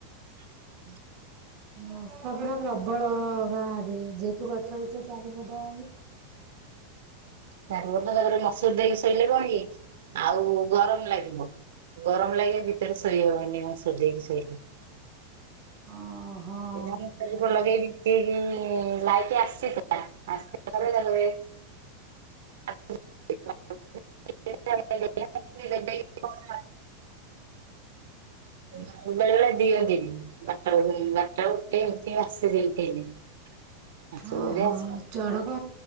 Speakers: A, on the right; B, on the right.
A: <inaudible>
B: ମଶା ପୁରା ପ୍ରବଳ ଗାଁରେ ଯେହେତୁ ଗଛ ଗଛ ଚାରିପଟ
A: ର ତାପରେ ମସୁର ଦେଇକି ଶୋଇଲେ କଣ କି ଆଉ ଗରମ ଲାଗିବ। ଗରମ ଲାଗେ ଭିତରେ ଶୋଇ ହବନି ମସୁରି ଦେଇକି ଶୋଇଲେ।
B: ଓହୋ
A: କ
B: ଗରମ
A: ଲାଗେ
B: ଲାଗିଲେ
A: <unintelligible> ଲାଇଟ୍ ଆସଛି ଆସି ପରେ ତା ପରେ <unintelligible> ବେଳେ ବେଳେ ଦିଅନ୍ତି ନିଜ ବାରଟା ଗୋଟେ ଆସେ <unintelligible> ଆଚ୍ଛା
B: ଓହୋ
A: ଓ
B: ଚଡ଼କ